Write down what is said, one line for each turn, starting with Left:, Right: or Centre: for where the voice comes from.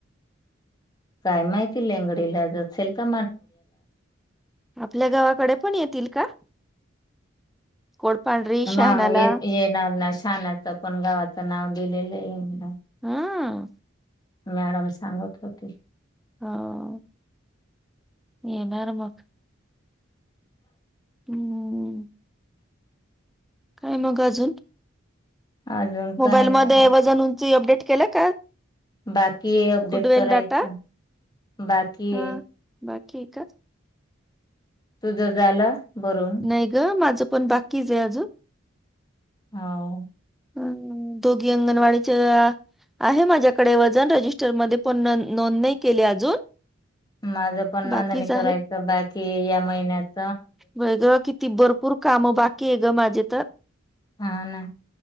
Left: काय माहिती लंगडीला असेल कीं
Centre: आपल्या गावाकडे पण येतील का? कोडपांढरी...
Left: मग
Centre: शहानाला
Left: ये येणार ना शानाच पण गावाचं नाव दिलेलं ये ना.
Centre: अ..
Left: मॅडम सांगत होती.
Centre: हा येणार मग. हम्म. काय मग अजून?
Left: अजून
Centre: मोबाईलमध्येध्ये
Left: काय नाही
Centre: वजन उंची अपडेट केलं का?
Left: बाकी ये अपडेट
Centre: कुडवेल
Left: करायच....
Centre: डाटा
Left: बाकी
Centre: हा
Left: आहे.
Centre: बाकी हाय का?
Left: तुझं झाला भरून.
Centre: नाही ग! माझं पण बाकीच आहे अजून.
Left: हो.
Centre: हम दोघ आंगनवाडी च्या... आहे माझ्याकडे वजन रजिस्टर मध्ये पुन्हा नोंद केली अजून..
Left: माझं पण
Centre: बाकीच
Left: नोंदणी
Centre: आहे
Left: करायचं बाकी या महिन्यात.
Centre: व्हय ग किती भरपूर काम बाकी आहे ग माझे तर...
Left: हा ना